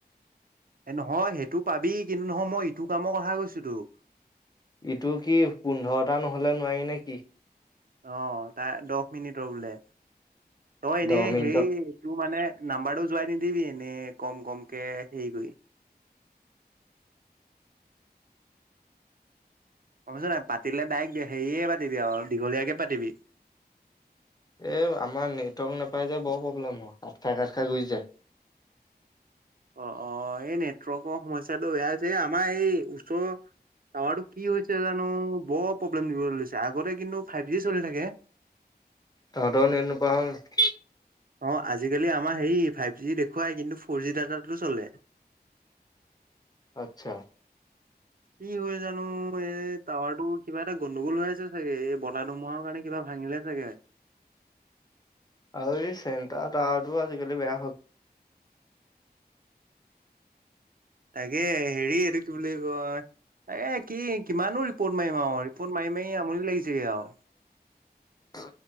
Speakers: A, on the right; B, on the left.
A: এ, নহয় সেইটো পাবি কিন্তু নহয় মই ইটো কামৰ কথা কৈছোঁ তোক।
B: ইটো কি পোন্ধৰটা নহলে নোৱাৰি নে কি?
A: অ', তাৰ দহ মিনিটৰ বোলে, অ', এনেই
B: দহ মিনিটত
A: হেৰি তোৰ মানে নাম্বাৰটো যোৱাই নিদিবি এনেই কম কম হেৰি কৰি। গম পাইছ নাই পাতিলে তাইক দা হেৰীয়ে পাতিবি আৰু দীঘলীয়াকে পাতিবি।
B: এ আমাৰ নেটৱৰ্ক নাপাই যে বৰ প্ৰব্লেম হয়, <unintelligible>
A: অ' অ' এই নেটৱৰ্কৰ সমস্যাটো বেয়া হৈছে, আমাৰ এই উচৰৰ টাৱাৰটো কি হৈছে জানো বৰ প্ৰব্লেম দিব লৈছে আগতে কিন্তু ফাইভ জি চলি থাকে।
B: তহঁতৰ <unintelligible>
A: অ', আজিকালি আমাৰ হেৰি ফাইভ জি দেখুৱাই কিন্তু ফৰ জি ডাটাটোত চলে।
B: আচ্ছা।
A: কি হয় জানো এ টাৱাৰটো কিবা এটা গণ্ডগোল হৈ আছে চাগে এই বতাহ ধুমুহাৰ কাৰণে কিবা ভাঙিলে চাগে।
B: আৰু এই চেণ্টাৰ তাৰটো আজিকালি বেয়া হল।
A: তাকে হেৰি এইটো কি বুলি কয় এ কি কিমানো ৰিপৰ্ট মাৰিম আৰু ৰিপৰ্ট মাৰি মাৰি আমনি লাগিছেগে আৰু।
B: <unintelligible>